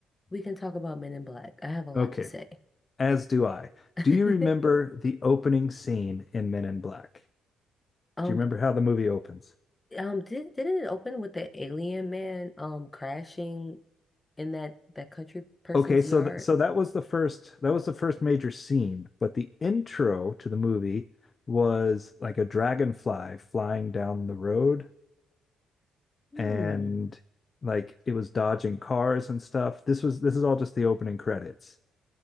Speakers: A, on the left; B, on the left.
A: We can talk about Men in Black. I have a lot
B: Okay.
A: to say.
B: As do I.
A: <laughs>
B: Do you remember the opening scene in Men in Black?
A: Um,
B: Do you remember how the movie opens?
A: um, did, didn't it open with the alien man um crashing in that that country person's
B: Okay, so
A: yard.
B: th- so that was the first that was the first major scene, but the intro to the movie was like a dragonfly flying down the road
A: Hmm.
B: and like it was dodging cars and stuff. This was this is all just the opening credits.